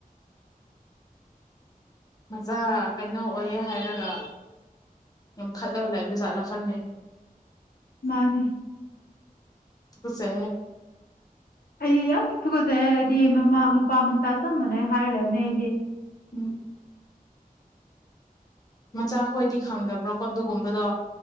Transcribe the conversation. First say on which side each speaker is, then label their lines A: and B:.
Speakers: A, on the left; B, on the left.
A: ꯃꯆꯥ ꯀꯩꯅꯣ ꯑꯣꯏꯌꯦꯦ ꯍꯥꯏꯔꯒ ꯌꯥꯝ ꯈꯠꯂꯒ ꯂꯩ ꯕꯖꯥꯠꯅ ꯈꯪꯗꯦ
B: ꯃꯥꯅꯦ
A: ꯁꯦ
B: ꯑꯩ ꯌꯥꯝ ꯊꯨꯒꯖꯔꯦ ꯑꯩꯗꯤ ꯃꯃꯥ ꯃꯄꯥ ꯃꯆꯥ ꯆꯝ ꯃꯅꯦꯩ ꯍꯥꯏꯔ ꯂꯩꯅꯦ ꯑꯩꯗꯤ
A: ꯎꯝ ꯃꯆꯥ ꯈꯣꯏꯗꯤ ꯈꯪꯗꯕ꯭ꯔꯣꯀꯣ ꯑꯗꯨꯒꯨꯝꯕꯗꯣ